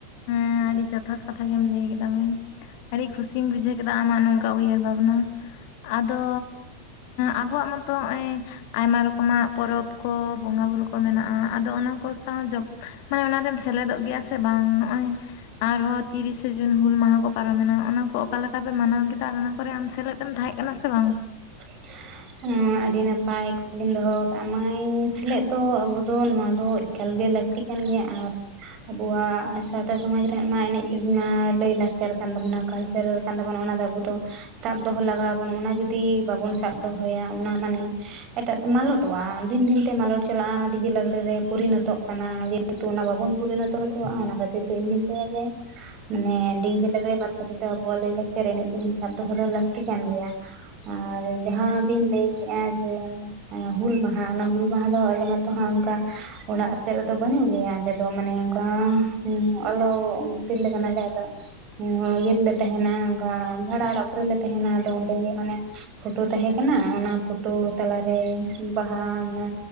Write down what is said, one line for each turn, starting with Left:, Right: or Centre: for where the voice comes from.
Left: ᱦᱮᱸ ᱟᱹᱰᱤ ᱡᱚᱛᱷᱟᱛ ᱠᱟᱛᱷᱟ ᱜᱮᱢ ᱞᱟᱹᱭ ᱟᱠᱟᱫᱟ ᱢᱟᱹᱭ ᱟᱹᱰᱤ ᱠᱷᱩᱥᱤᱧ ᱵᱩᱡᱷᱟᱹᱣ ᱠᱮᱫᱟ ᱟᱢᱟᱜ ᱱᱚᱝᱠᱟ ᱩᱭᱦᱟᱹᱨ ᱵᱷᱟᱵᱽᱱᱟ ᱟᱫᱚ ᱟᱵᱚᱣᱟᱜ ᱢᱚᱛᱚ ᱱᱚᱜ-ᱚᱭ ᱟᱭᱢᱟ ᱨᱚᱠᱚᱢᱟᱜ ᱯᱚᱨᱚᱵᱽ ᱠᱚ ᱵᱚᱸᱜᱟ ᱵᱩᱨᱩ ᱠᱚ ᱢᱮᱱᱟᱜ-ᱟ ᱟᱫᱚ ᱚᱱᱟ ᱠᱚ ᱥᱟᱶ ᱡᱚᱵ ᱢᱟᱱᱮ ᱚᱱᱟᱨᱮᱢ ᱥᱮᱞᱮᱫᱚᱜ ᱜᱮᱭᱟ ᱥᱮ ᱵᱟᱝ ᱱᱚᱜ-ᱚᱭ ᱟᱨᱦᱚᱸ ᱛᱤᱨᱤᱥᱮ ᱡᱩᱱ ᱦᱩᱞ ᱢᱟᱦᱟ ᱠᱚ ᱯᱟᱨᱚᱢᱮᱱᱟ ᱚᱱᱟ ᱠᱚ ᱚᱠᱟ ᱞᱮᱠᱟ ᱯᱮ ᱢᱟᱱᱟᱣ ᱠᱮᱫᱟ ᱟᱨ ᱚᱱᱟ ᱠᱚᱨᱮ ᱟᱢ ᱥᱮᱞᱮᱫ ᱛᱮᱢ ᱛᱟᱦᱮᱸᱫ ᱠᱟᱱᱟ ᱥᱮ ᱵᱟᱝ?
Right: <inaudible> ᱮᱸ ᱟᱹᱰᱤ ᱱᱟᱯᱟᱭ ᱠᱩᱠᱞᱤᱢ ᱫᱚᱦᱚ ᱟᱠᱟᱫ-ᱟ ᱢᱟᱹᱭ ᱥᱮᱞᱮᱫ ᱫᱚ ᱟᱵᱚ ᱫᱚ ᱱᱚᱣᱟ ᱫᱚ ᱮᱠᱟᱞ ᱜᱮ ᱞᱟᱹᱠᱛᱤ ᱠᱟᱱ ᱜᱮᱭᱟ ᱟᱨ ᱟᱵᱚᱣᱟᱜ ᱥᱟᱶᱛᱟ ᱥᱚᱢᱟᱡᱽ ᱨᱮᱭᱟᱜ ᱢᱟ ᱮᱱᱮᱡ ᱥᱮᱨᱮᱧ ᱢᱟ ᱞᱟᱹᱭ ᱞᱟᱠᱪᱟᱨ ᱠᱟᱱ ᱛᱟᱵᱚᱱᱟ᱾ ᱠᱟᱞᱪᱟᱨ ᱠᱟᱱ ᱛᱟᱵᱚᱱᱟ ᱚᱱᱟ ᱫᱚ ᱟᱵᱚ ᱫᱚ ᱥᱟᱵ ᱫᱚᱦᱚ ᱞᱟᱜᱟᱣ ᱟᱵᱚᱱᱟ ᱚᱱᱟ ᱡᱩᱫᱤ ᱵᱟᱵᱚᱱ ᱥᱟᱵ ᱫᱚᱦᱚᱭᱟ ᱚᱱᱟ ᱢᱟᱱᱮ ᱮᱴᱟᱜ ᱛᱮ ᱢᱟᱞᱚᱴᱚᱜ-ᱟ ᱫᱤᱱ ᱫᱤᱱᱛᱮ ᱢᱟᱞᱚᱴ ᱪᱟᱞᱟᱜ-ᱟ ᱰᱤᱡᱮ ᱞᱟᱜᱽᱲᱮ ᱨᱮ ᱯᱚᱨᱤᱱᱚᱛᱚᱜ ᱠᱟᱱᱟ᱾ ᱡᱮᱦᱮᱛᱩ ᱚᱱᱟ ᱵᱟᱵᱚᱱ ᱯᱚᱨᱤᱱᱚᱛᱚ ᱦᱚᱪᱚᱣᱟᱜ-ᱟ ᱚᱱᱟ ᱠᱷᱟᱹᱛᱤᱨ ᱛᱮ ᱤᱧᱫᱩᱧ ᱞᱟᱹᱭᱟ ᱡᱮ ᱢᱟᱱᱮ ᱰᱤᱡᱮ ᱞᱟᱜᱽᱲᱮ ᱵᱟᱫ ᱠᱟᱛᱮᱜ ᱟᱵᱚᱣᱟᱜ ᱞᱟᱹᱭ ᱞᱟᱠᱪᱟᱨ ᱮᱱᱮᱡ ᱥᱮᱨᱮᱧ ᱥᱟᱵ ᱫᱚᱦᱚ ᱫᱚ ᱞᱟᱹᱠᱛᱤ ᱠᱟᱱ ᱜᱮᱭᱟ᱾ ᱟᱨ ᱡᱟᱦᱟᱸ ᱵᱤᱱ ᱞᱟᱹᱭᱠᱮᱜ-ᱟ ᱡᱮ ᱦᱩᱞ ᱢᱟᱦᱟ ᱚᱱᱟ ᱦᱩᱞ ᱢᱟᱦᱟ ᱫᱚ ᱟᱞᱮ ᱢᱟᱛᱚ ᱦᱟᱸᱜ ᱚᱱᱠᱟ ᱚᱲᱟᱜ ᱥᱮᱫ ᱨᱮᱫᱚ ᱵᱟᱹᱱᱩᱜ ᱞᱮᱭᱟ ᱟᱞᱮ ᱫᱚ ᱢᱟᱱᱮ ᱚᱱᱠᱟ ᱟᱞᱚᱜ ᱛᱤᱨᱞᱟᱹ ᱠᱟᱱᱟᱞᱮ ᱟᱫᱚ ᱤᱭᱟᱹ ᱨᱮᱞᱮ ᱛᱟᱦᱮᱱᱟ ᱚᱱᱠᱟ ᱵᱷᱟᱲᱟ ᱚᱲᱟᱜ ᱠᱚᱨᱮᱞᱮ ᱛᱟᱦᱮᱱᱟ ᱟᱫᱚ ᱚᱸᱰᱮ ᱜᱮ ᱢᱟᱱᱮ ᱯᱷᱳᱴᱳ ᱛᱟᱦᱮᱸ ᱠᱟᱱᱟ ᱚᱱᱟ ᱯᱷᱳᱴᱳ ᱛᱟᱞᱟᱨᱮ ᱵᱟᱦᱟ ᱚᱱᱟ